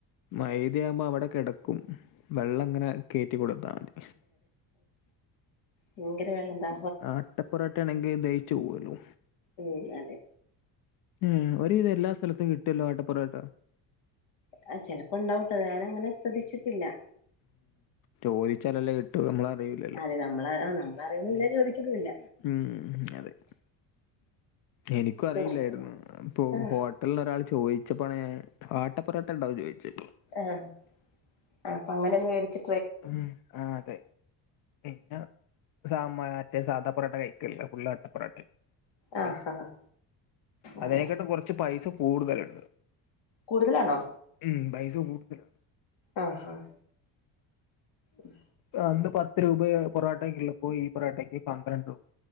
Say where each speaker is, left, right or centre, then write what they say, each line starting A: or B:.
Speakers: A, on the left; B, on the left.
A: മൈതയാമ്പ അവിടെ കെടക്കും വെള്ളങ്ങനെ കേറ്റി കൊടുത്താ മതി
B: ഉ യങ്കര വെള്ളന്താ
A: ആട്ടപ്പൊറോട്ടയാണെങ്കി ദഹിച്ചു പോവല്ലോ
B: ഉം അതെ
A: ഉം ഒരുവിധം എല്ലാ സ്ഥലത്തും കിട്ടല്ലോ ആട്ടപ്പൊറോട്ട
B: ആഹ് ചെലപ്പോ ഇണ്ടാവൂട്ടോ ഞാനങ്ങനെ ശ്രദ്ധിച്ചിട്ടില്ലാ
A: ചോദിച്ചാലല്ലേ കിട്ടു നമ്മളറിയൂലല്ലോ
B: അതെ നമ്മള ആ നമ്മളറിയണുല്ല ചോദിക്കണുല്ല
A: ഉം അതെ എനിക്കു അറിയില്ലായിരുന്നു
B: ചോദിച്ചില്ല
A: അപ്പൊ
B: ആഹ്
A: ഹോട്ടലിന്നൊരാള് ചോദിച്ചപ്പാണ് ഞാൻ ആട്ടപ്പൊറാട്ട ഇണ്ടാവോന്ന് ചോദിച്ച്
B: ആഹ് അപ്പ അങ്ങനെങ്ങ് വേടിച്ചി
A: ഉം ആഹ് ആതെ പിന്നാ സാമാ മറ്റേ സാധാ പൊറോട്ട കഴിക്കലില്ലാ ഫുള്ളാട്ടപ്പൊറാട്ടയാണ് അട്ടെ
B: ആഹ് ആഹ് അതെ
A: അതിനെക്കാട്ടും കൊറച്ച് പൈസ കൂടുതലുണ്ട്
B: കൂടുതലാണോ?
A: ഉം പൈസ കൂടുതലാ
B: ആഹ് ആഹ് ഉം
A: ആഹ് അന്ന് പത്ത് രൂപയേ പൊറോട്ടക്കുള്ളപ്പോ ഈ പൊറോട്ടക്ക് പന്ത്രണ്ടും